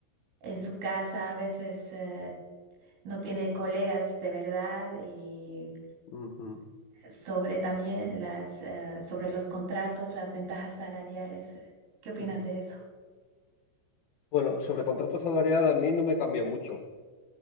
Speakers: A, on the right (about 85°); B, on the left (about 70°).
A: en su casa a veces eh, no tiene colegas de verdad y
B: Ujú.
A: sobre también las eh, sobre los contratos, las ventajas salariales. ¿Qué opinas
B: Mm.
A: de eso?
B: Bueno, sobre contrato salarial a mí no me cambió mucho.